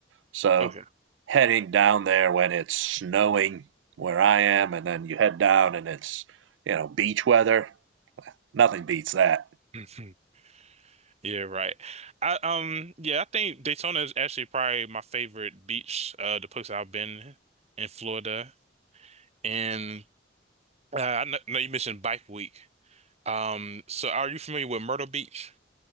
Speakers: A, on the right; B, on the right.
A: So
B: Okay.
A: heading down there when it's snowing where I am, and then you head down and it's you know beach weather, nothing beats that.
B: <laughs> Yeah, right. I um yeah, I think Daytona is actually probably my favorite beach, uh the place I've been in Florida. And uh, I kn- know you mentioned Bike Week. Um so are you familiar with Myrtle Beach?